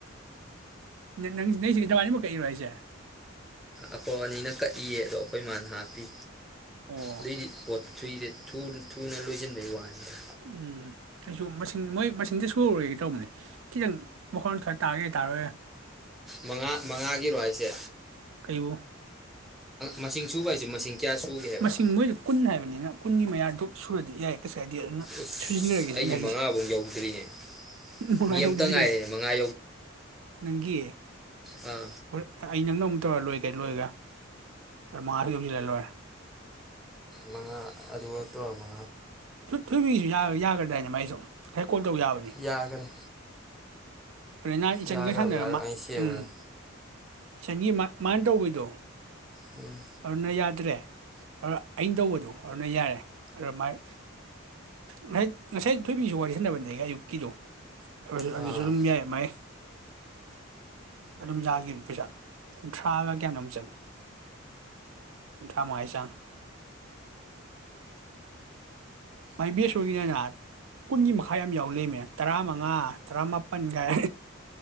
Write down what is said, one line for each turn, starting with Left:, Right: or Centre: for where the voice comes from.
Right: ꯅꯪ ꯅꯁꯤ ꯀꯕꯥꯅꯤꯃꯛ ꯀꯛꯏꯔꯣ ꯍꯥꯏꯁꯦ
Centre: ꯑꯐꯣ ꯑꯅꯤꯅ ꯀꯛꯏꯌꯦ ꯑꯗꯣ ꯑꯩꯈꯣꯏ ꯏ ꯃꯥꯅ ꯍꯥꯞꯄꯤ
Right: ꯑꯣ
Centre: ꯑꯗꯩꯗꯤ ꯄꯣꯠꯇ ꯁꯨꯏꯁꯦ ꯊꯨ ꯊꯨꯅ ꯂꯣꯏꯁꯤꯟꯕꯒꯤ ꯋꯥꯅꯤꯗ
Right: ꯎꯝ ꯑꯩꯁꯨ ꯃꯁꯤꯡ ꯃꯣꯏ ꯃꯁꯤꯡꯁ ꯁꯔꯨꯔꯦꯒꯦ ꯇꯧꯕꯅꯦ ꯈꯤꯇꯪ ꯃꯈꯣꯟ ꯁ꯭ꯋꯥꯏ ꯇꯥꯔꯒꯦ ꯇꯥꯔꯣꯏꯦ
Centre: ꯃꯉꯥ ꯃꯉꯥꯒꯤꯔꯣ ꯍꯥꯏꯁꯦ
Right: ꯀꯩꯕꯨ
Centre: ꯃꯁꯤꯡ ꯁꯨꯕ ꯍꯥꯏꯁꯦ ꯃꯁꯤꯡ ꯀꯌꯥ ꯁꯨꯒꯦ ꯍꯥꯏꯕ
Right: ꯃꯁꯤꯡ ꯃꯣꯏꯗꯨ ꯀꯨꯟ ꯍꯥꯏꯕꯅꯤꯅ ꯀꯨꯟꯒꯤ ꯃꯌꯥꯗꯨ ꯁꯨꯔꯗꯤ ꯌꯥꯏ ꯀꯁ ꯀꯥꯏꯗꯦ ꯑꯗꯨꯅ
Centre: ꯎꯁ
Right: ꯁꯨꯖꯤꯟꯅꯔꯒꯦꯁꯅ
Centre: ꯑꯩꯗꯤ
Right: ꯈꯜꯂꯤꯁꯦ
Centre: ꯃꯉꯥꯐꯧ ꯌꯧꯗ꯭ꯔꯤꯅꯦ
Right: ꯅꯨꯡꯉꯥꯏꯍꯧꯗꯔꯤꯌꯦꯦ
Centre: ꯃꯤ ꯑꯃꯇ ꯉꯥꯏꯔꯦꯅꯦ ꯃꯉꯥ
Right: ꯅꯪꯒꯤ
Centre: ꯎ
Right: ꯍꯣꯏ ꯑꯩ ꯅꯪꯅ ꯑꯃꯨꯛ ꯇꯧꯔ ꯂꯣꯏꯔ ꯀꯩ ꯂꯣꯏꯔꯒ ꯃꯥꯁꯨ ꯌꯣꯁꯤꯜꯂ ꯂꯣꯏꯔꯦ
Centre: ꯃꯉꯥ ꯑꯗꯨꯒ ꯇꯣꯝꯃ
Right: ꯐ ꯊ ꯌꯥꯒꯗꯅ ꯃꯥꯏꯁꯨ ꯀꯣꯜ ꯇꯧ ꯌꯥꯕꯅꯤ
Centre: ꯌꯥꯈꯔꯦ
Right: ꯍꯣꯔꯦꯟ ꯅꯍ ꯏꯆꯟꯒ
Centre: ꯌꯥꯈ꯭ꯔꯕ
Right: ꯁꯥꯟꯅꯔꯝꯃ
Centre: ꯌꯥꯈ꯭ꯔꯕ ꯑꯩ ꯁꯦꯝꯈ꯭ꯔꯕ
Right: ꯎꯝ ꯆꯟꯒꯤ ꯃꯥ ꯃꯥꯟ ꯇꯧꯕꯩꯗꯣ
Centre: ꯎꯝ
Right: ꯑꯗꯨꯅ ꯌꯥꯗ꯭ꯔꯦ ꯑꯩꯅ ꯇꯧꯕꯗꯨ ꯑꯗꯨꯅ ꯌꯥꯔꯦ ꯑꯗꯨꯃꯥꯏ ꯉꯁꯥꯏ ꯉꯁꯥꯏ ꯊꯣꯏꯕꯤꯁꯨ ꯋꯥꯔꯤ ꯁꯥꯟꯕꯅꯦ ꯑꯩ ꯑꯌꯨꯛꯀꯤꯗꯣ ꯑꯗꯨ ꯑꯗꯨꯁꯨ
Centre: ꯑꯥ
Right: ꯑꯗꯨꯝ ꯌꯥꯏ ꯃꯥꯌꯦ ꯑꯗꯨꯝ ꯌꯥꯈꯤꯕꯅ ꯄꯩꯁꯥ ꯀꯨꯟꯊ꯭ꯔꯥꯒ ꯀꯌꯥꯅꯣꯝ ꯆꯪꯉ ꯀꯨꯟꯊ꯭ꯔꯥ ꯃꯉꯥ ꯆꯥꯡ ꯃꯥꯏ ꯕꯦꯁ ꯑꯣꯏꯒꯤꯅꯤꯅ ꯀꯨꯟꯒꯤ ꯃꯈꯥꯏ ꯌꯥꯝ ꯌꯥꯎ ꯂꯩꯃꯦ ꯇꯔꯥꯃꯉꯥ ꯃꯉꯥ ꯇꯔꯥꯃꯥꯄꯜꯒꯥꯏ